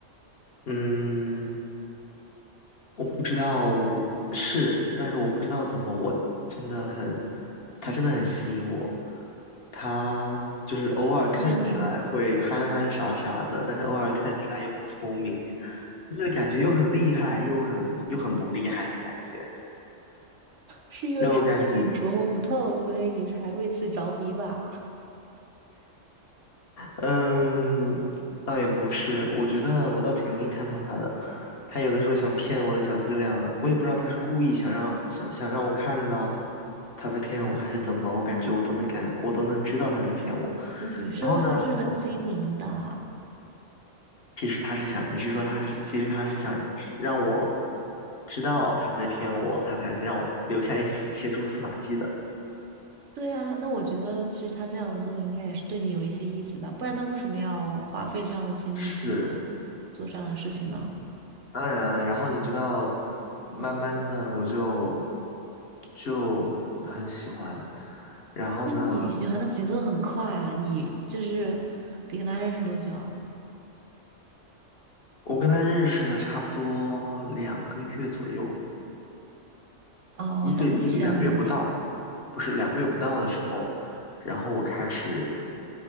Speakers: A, on the left; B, on the right.
A: 嗯。我不知道是，但是我不知道怎么，我真的很，他真的很吸引我。他就是偶尔看起来会憨憨傻傻的，
B: 天呐，
A: 但是偶尔看起来又很聪明，就是感觉又很厉害，又很又很不厉害的感觉，
B: 是因为
A: 让我感觉。
B: <laughs> 让你琢磨不透，所以你才为此着迷吧？
A: 嗯，倒也不是，我觉得我倒挺容易看透他的。他有的时候想骗我的小伎俩，我也不知道他是故意想让想想让我看到他在骗我，还是怎么。我感觉我都能感，我都能知道他在骗我。
B: 女生还是很精明的。
A: 然后呢，其实他是想，你是说他是，其实他是想让我知道他在骗我，他才让我留下一丝一些蛛丝马迹的。
B: 对啊，那我觉得其实他这样做应该也是对你有一些意思吧，不然他为什么要花费这样的精力去
A: 是，
B: 做这样的事情呢？
A: 当然，然后你知道，慢慢的我就就很喜欢。然后呢，
B: 那你喜欢的节奏很快啊，你就是你跟他认识多久啊？
A: 我跟他认识了差不多两个月左右，
B: 哦，
A: 一个一个两个月不到，
B: 到目前为止，
A: 不是两个月不到的时候，然后我开始